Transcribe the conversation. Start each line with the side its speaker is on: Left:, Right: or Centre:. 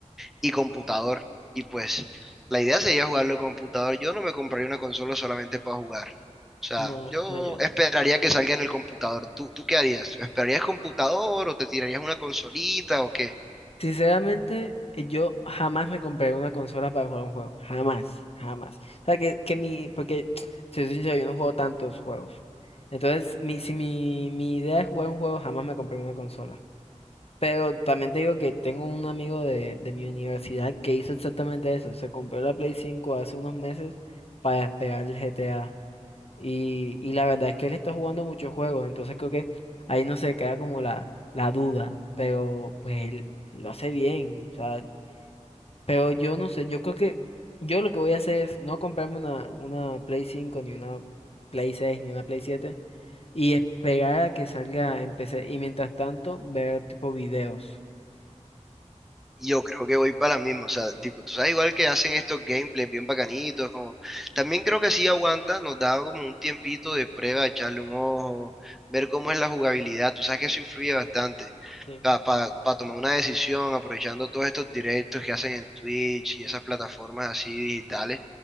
Centre: y computador. Y pues la idea sería jugarlo en computador. Yo no me compraría una consola solamente para jugar. O sea,
Left: no,
Centre: yo
Left: no, yo no.
Centre: esperaría que salga en el computador. ¿Tú, tú qué harías? ¿Esperarías computador o te tirarías una consolita o qué?
Left: Sinceramente, eh, yo jamás me compraré una consola para jugar un juego. Jamás, jamás. O sea, que, que mi, porque, <tsk> si soy sincero, yo no juego tantos juegos. Entonces, mi, si mi, mi idea es jugar un juego, jamás me compré una consola. Pero también te digo que tengo un amigo de, de mi universidad que hizo exactamente eso. Se compró la Play cinco hace unos meses para esperar el GTA. Y, y la verdad es que él está jugando muchos juegos, entonces creo que ahí no se queda como la, la duda, pero pues él lo hace bien, o sea, pero yo no sé, yo creo que yo lo que voy a hacer es no comprarme una, una Play cinco ni una Play seis ni una Play siete y esperar a que salga en PC, y mientras tanto ver tipo videos.
Centre: Yo creo que voy para la misma, o sea, tipo, tú sabes, igual que hacen estos gameplays bien bacanitos, como, también creo que así aguanta, nos da como un tiempito de prueba, echarle un ojo, ver cómo es la jugabilidad, tú sabes que eso influye bastante
Left: Sí.
Centre: para tomar una decisión, aprovechando todos estos directos que hacen en Twitch y esas plataformas así digitales,